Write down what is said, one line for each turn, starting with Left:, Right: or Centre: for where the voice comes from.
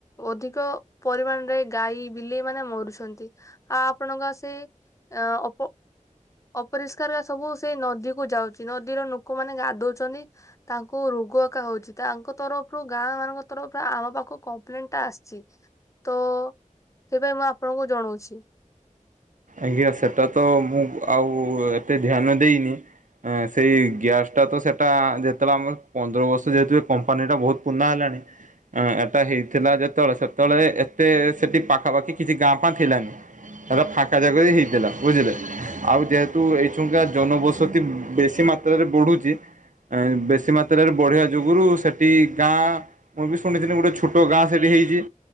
Left: ଅଧିକ ପରିମାଣରେ ଗାଈ। ବିଲେଇ ମାନେ ମରୁଛନ୍ତି ଆଉ ଆପଣଙ୍କ ସେ ଅପ ଅପରିଷ୍କାର ରା ସବୁ ସେଇ ନଦୀ କୁ ଯାଉଛି ନଦୀର ଲୋକମାନେ ଗାଧଉଛନ୍ତି। ତାଙ୍କୁ ରୋଗ ଏକା ହଉଚି। ତାଙ୍କ ତରଫରୁ ଗାଁ ମାନଙ୍କ ତରଫରୁ ଆମ ପାଖକୁ କମ୍ପ୍ଲେନ ଟା ଆସିଚି। ତ ସେଥିପାଇଁ ମୁଁ ଆପଣଙ୍କୁ ଜଣାଉଚି।
Right: ଆଜ୍ଞା ସେଟା ତ ମୁଁ ଆଉ ଏତେ ଧ୍ୟାନ ଦେଇନି। ସେଇ ଗ୍ୟାସ୍ ଟା ତ ସେଇଟା ଯେତେବେଳେ ଆମର ପନ୍ଦର ବର୍ଷ ଯେହେତୁ କମ୍ପାନୀଟା ବହୁତ ପୁରୁଣା ହେଲାଣି ଅ ଏଟା ହେଇଥିଲା ଯେତେବେଳେ ସେତେବେଳେ ଏତେ ସେଠି ପାଖାପାଖି କିଛି ଗାଁ ଫାଁ ଥିଲାନି। ହେଟା ଫାଙ୍କା ଜାଗ ରେ ବି ହେଇଥିଲା ବୁଝିଲେ। ଆଉ ଯେହେତୁ ଏଇ <unintelligible> ଜନବସତି ବେଶୀ ମାତ୍ରାରେ ବଢୁଚି ବେଶୀ ମାତ୍ରାରେ ବଢ଼ିବା ଯୋଗୁରୁ ସେଠି ଗାଁ ମୁଁ ବି ଶୁଣିଥିଲି ଗୋଟେ ଛୋଟ ଗାଁ ସେଠି ହେଇଚି।